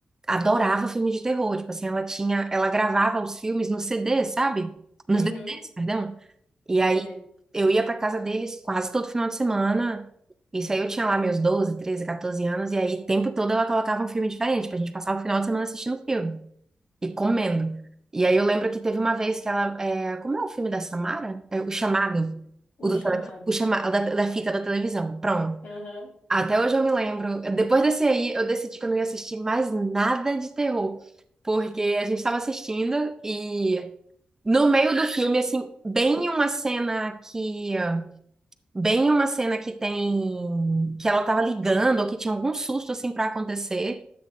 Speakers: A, on the right; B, on the left.
A: adorava filme de terror. Tipo assim, ela tinha, ela gravava os filmes no CD, sabe? Nos
B: Uhum,
A: DVDs, perdão. E
B: DVD.
A: aí eu ia pra casa deles quase todo final de semana. Isso aí eu tinha lá meus 12, 13, 14 anos, e aí o tempo todo ela colocava um filme diferente, pra gente passar o final de semana assistindo filme e comendo. E aí eu lembro que teve uma vez que ela. é, como é o filme da Samara? É, o chamado.
B: O
A: O, do
B: Chamado.
A: tele- o chamado da, da fita da televisão. Pronto.
B: Aham,
A: Até hoje eu me lembro. Depois desse aí, eu decidi que eu não ia assistir mais nada de terror. Porque a gente estava assistindo e no meio do filme, assim, bem em uma cena que. Bem em uma cena que tem. Que ela tava ligando, ou que tinha algum susto, assim, pra acontecer